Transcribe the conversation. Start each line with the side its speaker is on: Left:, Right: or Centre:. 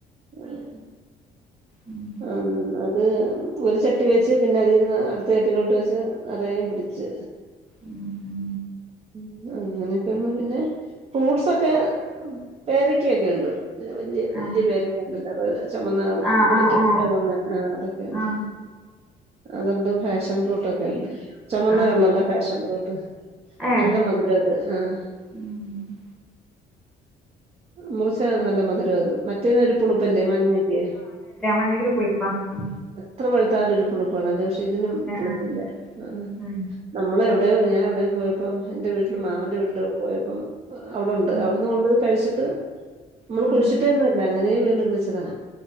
Right: എഹ്
Centre: ഉം
Right: ആ മ് അത് ഒരു ചട്ടി വെച്ച് പിന്നെ അതിന്ന് അടുത്ത ചട്ടിലോട്ട് വെച്ച് നിറയേം പിടിച്
Centre: ഉം ഉം
Right: ഉം അങ്ങനെയൊക്കെയണ്ട് പിന്നെ ഫ്രൂട്ട്സൊക്കെ പേരക്ക ഒക്കെ ഉണ്ട് വല്യ വല്യ
Centre: ആ
Right: പേരക്ക ഉണ്ടല്ലോ <unintelligible> ചുമന്നകള
Centre: ആ
Right: മുറി
Centre: ആ
Right: <unintelligible>
Centre: ആ ആ
Right: വന്ന് ആ അതൊക്കെ ഒണ്ട്
Centre: ആ
Right: അതൊണ്ട് ഫാഷൻ ഫ്രൂട്ടൊക്കെ ഒണ്ട് ചുമന്നകലർലെ
Centre: ആ
Right: ഫാഷൻ ഫ്രൂട്ട്
Centre: ആ ഏ
Right: നല്ല മധുരാ അത് ആഹ്
Centre: ഉം
Right: മുറിച്ച നല്ല മധുരാ അത് മ മറ്റേത് ഒരു പുളുപ്പല്ലേ മഞ്ഞക്ക്
Centre: മഞ്ഞക്കൊരു പുളടിപ്പാ മ്
Right: എത്ര വെളുത്താലും ഒരുപുളു പണദോഷെ ഇതിനും പുളുപ്പില്ല
Centre: ആഹ്
Right: ആഹ്
Centre: ഉം
Right: നമ്മളെ അറിയാവോ ഞാൻവിടെ പോയപ്പം എന്റെ വീട്ടി മാമന്റെ വീട്ടില് പോയപ്പം അവിടൊണ്ട്
Centre: ഉം
Right: അവിടുന്ന് കൊണ്ട് കഴിച്ച് ത്ത് മ്മള്
Centre: ഉം
Right: കുഴിച്ചിട്ടെയൊന്നും അല്ല അങ്ങനേ വീണ്ടും വിളിച്ചതാ